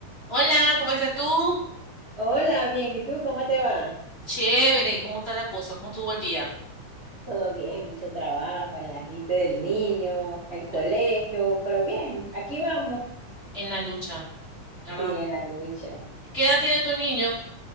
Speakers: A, on the left; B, on the right.
A: Hola, ¿cómo estás tú?
B: Hola, bien, ¿y tú cómo te va?
A: Chévere, ¿cómo está la cosa? ¿Cómo estuvo el día?
B: Todo bien, mucho trabajo, el agite del niño, el colegio,
A: Pero,
B: pero bien, aquí vamos.
A: En la lucha, ¿verdad?
B: Sí, en la lucha.
A: ¿Qué edad tiene tu niño?